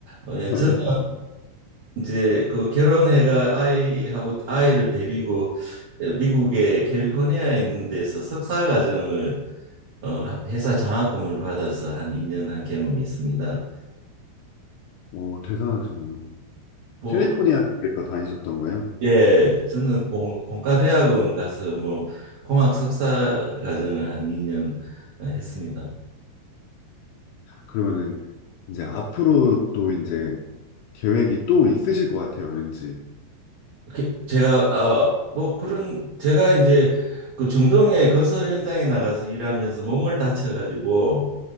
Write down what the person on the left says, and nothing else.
<laughs>
오, 대단하시네요.
캘리포니아 쪽에서 다니셨던 거예요?
그러면은 이제 앞으로 또 이제 계획이 또 있으실 것 같아요, 왠지.